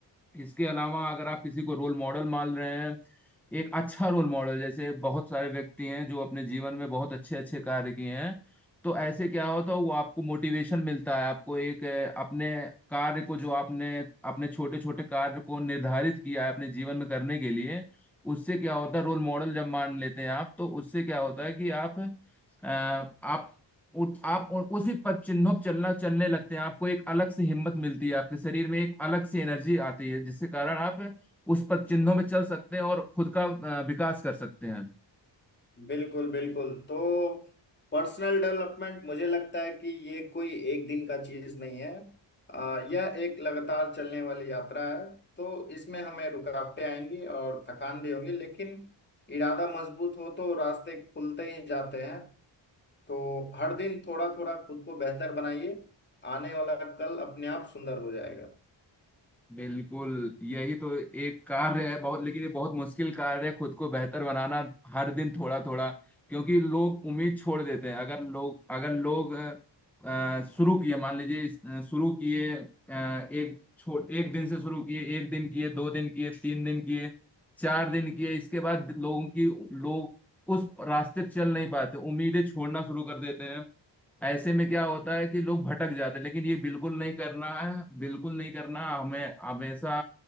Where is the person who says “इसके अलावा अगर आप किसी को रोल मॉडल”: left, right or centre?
Centre